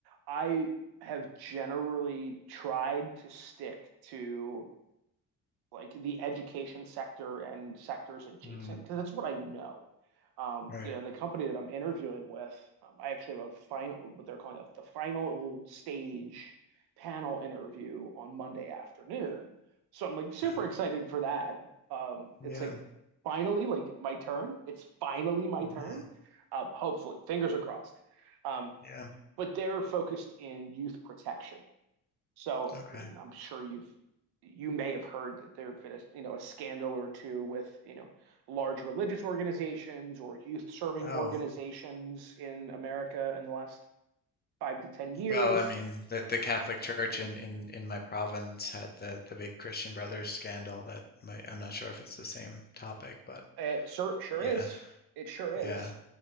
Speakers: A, on the right (about 70°); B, on the left (about 25°).
A: I have generally tried to stick to like the education sector and sectors adjacent
B: mm,
A: because that's what I know. Um,
B: right.
A: you know, and the company that I'm interviewing with, um, I actually have a final, what they're calling a, the final stage panel interview on Monday afternoon. So I'm like super
B: Yeah.
A: excited for that. Um, it's
B: Yeah.
A: like finally like my turn. It's finally my
B: hmm
A: turn. Uh, hopefully, fingers are crossed. Um,
B: Yeah.
A: but they're focused in youth protection so,
B: Okay.
A: I mean, I'm sure you've you may have heard that there have been a, you know, a scandal or two with, you know, large religious organizations or youth serving
B: Oh.
A: organizations in America in the last five to 10 years.
B: Well, I mean, the, the Catholic Church in, in, in my province had the, the big Christian Brothers scandal that might, I'm not sure if it's the same topic, but
A: It sure, sure
B: yeah,
A: is. It sure is.
B: yeah.